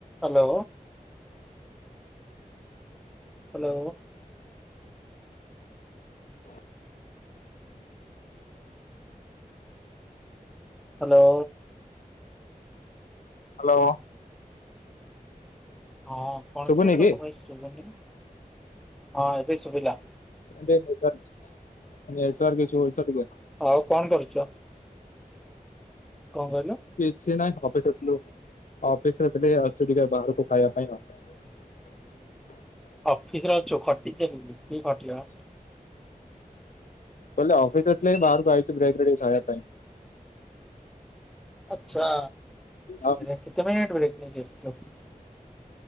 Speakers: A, in the centre; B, on the left.
A: Hello. Hello.
B: <inaudible>
A: Hello.
B: Hello.
A: ହଁ କଣ
B: ଶୁଭୁନି
A: କିରେ ତୋ
B: କି?
A: ଭଏସ୍ ସୁବୁନି? ହଁ ଏବେ ସୁୁଭିଲା।
B: <unintelligible>
A: ଆଉ କଣ କରୁଛ? କଣ କହିଲୁ
B: କିଛି ନାଇଁ ହବ ଥିଲୁ ଅଫିସରେ ଥିଲି ବାହାରକୁ ଖାଇବା ପାଇଁ ହଁ <inaudible>
A: ଅଫିସରେ ଅଛୁ ଖଟି ଚାଲିଛି କି ଖଟି ବା।
B: କଲେ ଅଫିସଥିଲେ ବାହାରକୁ ଆଇଛୁ ବ୍ରେକରେ ଖାଇବା ପାଇଁ
A: ଆଚ୍ଛା
B: ଆଉ
A: ଏରା କେତେଟଙ୍କିକିଆ ଡ୍ରପ। <inaudible>